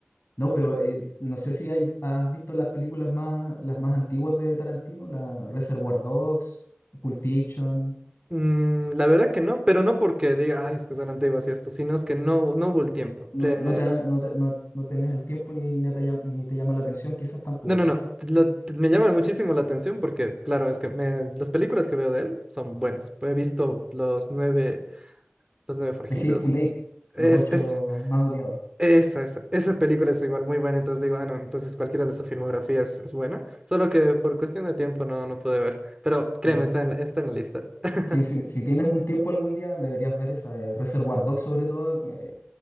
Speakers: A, on the left; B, on the right.
A: No, pero eh, no sé si hay, has visto las películas más, las más antiguas de Tarantino, la Reservoir Dogs, Pulp Fiction.
B: Mm, la verdad que no, pero no porque diga, ay, es que son antiguas y esto, sino es que no, no hubo el tiempo.
A: No,
B: Re-
A: no, te, no,
B: as-
A: te- no, no tenés el tiempo ni, ni te, llam- ni te llama la atención, quizás tampoco.
B: No, no, no, lo- me llama muchísimo la atención porque, claro, es que me- las películas que veo de él son buenas. He visto Los Nueve, Los Nueve Forajidos.
A: The Hateful Eight,
B: Es,
A: los ocho
B: es,
A: más odiados,
B: esa, esa, esa película es igual muy buena, entonces digo, ah, no, entonces cualquiera de su filmografía es, es buena, solo que por cuestión de tiempo no, no pude ver, pero
A: claro.
B: créeme, está en la, está en la lista. <laughs>
A: Sí, sí, si tienes un tiempo algún día, deberías ver esa de Reservoir Dogs sobre todo, eh,